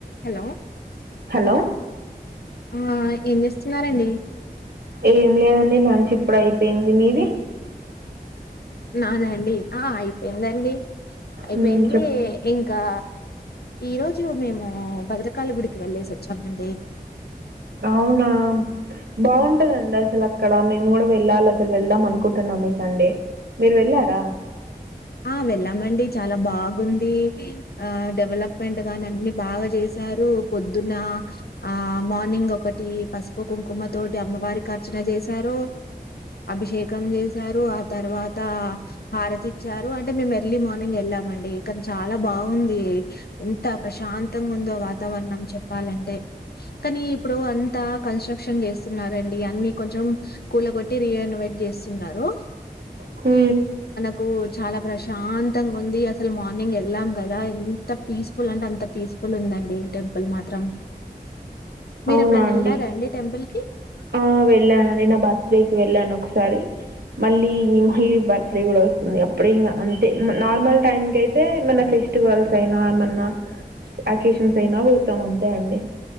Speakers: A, on the left; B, on the right.
A: hello
B: hello
A: ఆ ఏం చేస్తున్నారండి
B: ఏం లేదండి లంచ్ ఇప్పుడు అయిపోయింది మీది
A: నాద అండి ఆ అయి అయిందండి అయిపోయింది
B: మ్మ్ చెప్
A: ఇంకా ఈ రోజు మేము భద్రకాళి గుడికి వెళ్లేేసి వచ్చామండి
B: అవునా బాగుంటదండి అసలు అక్కడ మేము కూడా వెళ్ళాలి అసలు వెళ్దాం అనుకుంటున్నాం ఈ సండే మీరు వెళ్ళారా
A: ఆ వెళ్ళామండి చాలా బాగుంది ఆ డెవలప్మెంట్ గాని అన్ని బాగా చేశారు పొద్దున్న ఆ మార్నింగ్ ఒకటి పసుపు కుంకుమ తోటి అమ్మవారికి అర్చన చేశారు అభిషేకం చేశారు ఆ తర్వాత హారతి ఇచ్చారు అంటే మేము ఎర్లీ మార్నింగ్ వెళ్ళామండి కానీ చాలా బాగుంది ఎంత ప్రశాంతంగా ఉందో వాతావరణం చెప్పాలంటే కానీ ఇప్పుడు అంతా కన్స్ట్రక్షన్ చేస్తున్నారుండి అన్ని కొంచెం కూల కొట్టి రీయనోవేట్ చేస్తున్నారు
B: హు
A: కు చాలా ప్రశాంతంగా ఉంది అసలు మార్నింగ్ వెళ్ళాం కదా ఎంత పీస్ఫుల్ అంటే అంత పీస్ఫుల్ ఉందండి టెంపుల్ మాత్రం మీరు
B: అవునా
A: ఎప్పుడైనా
B: అండి
A: వెళ్ళారా టెంపుల్ కి
B: ఆ వెళ్ళానని నా బర్త్డేకి వెళ్ళాను ఒకస్ ఒకసారి మళ్ళీ మళ్ళీ బర్త్డే కూడా వస్తుంది అప్పుడే ఇంకా అంతే నార్మల్ టైమ్ కు అయితే ఏమన్నా ఫెస్టివల్స్ అయినా ఏమన్నా అకేషన్స్ అయినా వొతం అంతే అండి